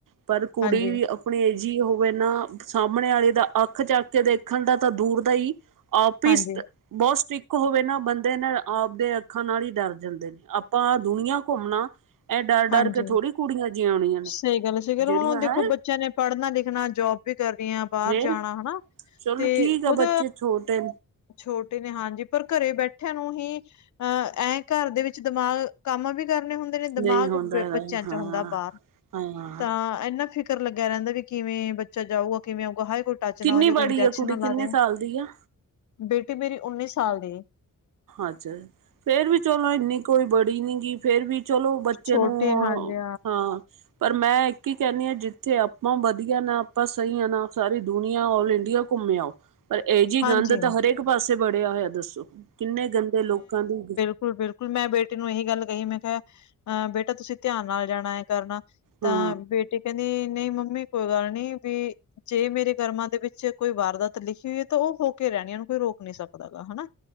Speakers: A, on the right; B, on the left.
A: ਪਰ ਕੁੜੀ
B: ਹਾਂਜੀ,
A: ਵੀ
B: ਹਾਂਜੀ।
A: ਆ ਅਪਣੇ ਏ ਜੀ ਹੋਵੇ ਨਾ ਸਾਹਮਣੇ ਆਲੇ ਦਾ ਅੱਖ ਚੱਕ ਕੇ ਦੇਖਣ ਦਾ ਤਾਂ ਦੂਰ ਦਾ ਈ ਆ ਪਿਸਤ
B: ਹਾਂਜੀ,
A: ਬੋਤ ਸਟ੍ਰਿਕ ਹੋਵੇ ਨਾ ਬੰਦੇ ਨਾ ਆਪਦੇ ਅੱਖਾਂ ਨਾਲ ਹੀ ਡਰ ਜਾਂਦੇ ਨੇ, ਆਪਾਂ ਦੁਨੀਆਂ ਘੁੰਮਣਾ। ਇਹ ਡਰ- ਡਰ
B: ਹਾਂਜੀ।
A: ਕੇ ਥੋੜੀ ਕੁੜੀਆਂ, ਜਿਉਣੀਆਂ ਨੇ
B: ਸਹੀ ਗੱਲ ਹੈ ਸਹੀ ਗੱਲ
A: ਜਿਹੜੀਆਂ
B: ਹੁਣ ਦੇਖੋ
A: ਹੈ
B: ਬੱਚਿਆਂ ਨੇ ਪੜਨਾ ਲਿਖਣਾ ਜੋਬ ਵੀ ਕਰਨੀ ਆ। ਬਾਹਰ
A: ਫੇਰ
B: ਜਾਣਾ ਹਨਾ
A: ਚਲੋ
B: ਤੇ
A: ਠੀਕ
B: ਖੁਦ
A: ਆ ਬੱਚੇ ਛੋਟੇ
B: ਛੋਟੇ ਨੇ ਹਾਂਜੀ। ਫੇਰ ਘਰੇ ਬੈਠਿਆਂ ਨੂੰ ਹੀ ਅਹ ਐਂ ਘਰ ਦੇ ਵਿੱਚ ਦਿਮਾਗ ਕੰਮ ਵੀ ਕਰਨੇ ਹੁ- ਦੇ ਨੇ ਦਿਮਾਗ
A: ਨਹੀਂ ਹੁੰਦਾ ਹੈਗਾ
B: ਬੱਚਿਆਂ
A: ਹਾਂ
B: ਚ ਹੁੰਦਾ ਬਾਹਰ,
A: ਹਾਂ
B: ਤਾਂ। ਇੰਨਾ ਫਿਕਰ ਲੱਗਿਆ ਰਹਿੰਦਾ ਵੀ, ਕਿਵੇਂ ਬੱਚਾ ਜਾਊਗਾ ਕਿਵੇਂ ਆਊਗਾ ਹਾਈ ਕੋਈ। ਟੱਚ ਨਾ
A: ਕਿੰਨੀ
B: ਹੋ ਜੋ,
A: ਬੜੀ
B: ਕੋਈ ਇੰਜੈਕਸ਼ਨ
A: ਆ ਕੁੜੀ
B: ਨਾ
A: ਕਿੰਨੇ
B: ਲਾ ਦੇ,
A: ਸਾਲ ਦੀ ਆ
B: ਬੇਟੀ ਮੇਰੀ ਉੱਨੀ ਸਾਲ ਦੀ ਐ।
A: ਅੱਛਾ, ਫੇਰ ਵੀ ਚਲੋ ਇੰਨੀ ਕੋਈ ਬੜੀ ਨੀਗੀ ਫੇਰ ਵੀ। ਚਲੋ ਬੱਚੇ
B: ਛੋਟੇ
A: ਨੂੰ,
B: ਹਾਂਜੀ
A: ਹਾਂ। ਪਰ ਮੈਂ ਇੱਕ ਹੀ ਕਹਿੰਦੀ ਹਾਂ, ਜਿੱਥੇ ਆਪਾਂ ਵਧੀਆ ਨਾ, ਆਪਾਂ ਸਹੀ ਆਂ ਨਾ ਸਾਰੀ ਦੁਨੀਆ ਆਲ ਇੰਡੀਆ। ਘੁੰਮੇ ਆਓ, ਪਰ ਇਹ ਜਿਹੀ
B: ਹਾਂਜੀ।
A: ਗੰਧ ਤਾਂ ਹਰੇਕ ਪਾਸੇ ਬੜਿਆ ਹੋਇਆ ਦੱਸੋ। ਕਿੰਨੇ ਗੰਦੇ ਲੋਕਾਂ ਦੀ-
B: ਬਿਲਕੁਲ ਬਿਲਕੁਲ ਮੈਂ ਬੇਟੀ ਨੂੰ ਇਹੀ ਗੱਲ ਕਹੀਏ, ਮੈਂ ਕਿਹਾ ਬੇਟਾ ਤੁਸੀਂ ਧਿਆਨ ਨਾਲ ਜਾਣਾ ਐ ਕਰਨਾ। ਤਾਂ
A: ਹਾਂ
B: ਬੇਟੀ ਕਹਿੰਦੀ, ਨਹੀਂ ਮੰਮੀ ਕੋਈ ਗੱਲ ਨੀ ਵੀ। ਜੇ ਮੇਰੇ ਕਰਮਾਂ ਦੇ ਵਿੱਚ ਕੋਈ ਵਾਰਦਾਤ ਲਿਖੀ ਹੋਈ ਹੈ, ਤਾਂ ਉਹ ਹੋ ਕੇ ਰਹਿਣੀ ਆ, ਓਹ ਹੋ ਕੇ ਕੋਈ ਰੋਕ ਨੀ ਸਕਦਾ ਗਾ ਹਨਾ।